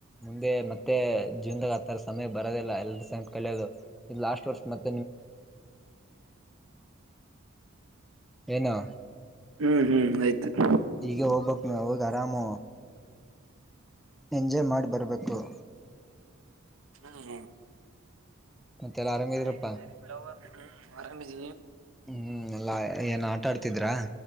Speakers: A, in the centre; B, on the right.
A: ಮುಂದೆ ಮತ್ತೆ ಜೀವನದಾಗ ಆಥರ ಸಮಯ ಬರೋದಿಲ್ಲ. ಎಲ್ರ ಸ ಕಲಿಯೋದು ಇ ಲಾಸ್ಟ್ ವರ್ಷ ಮೆ, - ಏನು
B: ಹ್ಮ್, ಹ್ಮ್ ಆಯ್ತು. - <inaudible>
A: ಈಗ ಹೋಗ್ಬಕ್ ನೀ ಹೋಗಿ ಆರಾಮು ಎಂಜಾಯ್ ಮಾಡಿ ಬರ್ಬೇಕು. -
B: ಹ್ಮ್,
A: ಮತ್ತೆಲ್ಲ ಆರಾಮಿದ್ರಪ್ಪಾ
B: ಹ್ಮ್, ಆರಾಮೇ ಜ
A: ಹ್ಮ್ ಎಲ್ಲಾ ಏನ್ ಆಟ ಆಡ್ತಿದ್ರಾ